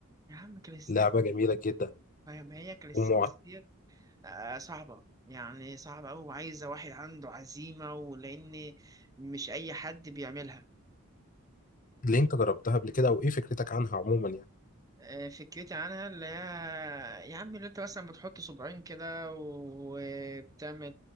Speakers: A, on the right (about 15°); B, on the left (about 40°).
A: يا عم كريستيانو
B: لعبه جميله جدا
A: ما ما هي كاليستنكس
B: ومعت...
A: ديت آه، صعبة يعني صعبة أوي وعايزة واحد عنده عزيمة ولأن مش أي حد بيعملها
B: ليه انت جربتها قبل كده او ايه فكرتك عنها عموما يعني
A: آه، فكرتي عنها اللي هي يا عم اللي أنت مثلا بتحط صباعين كده وبتعمل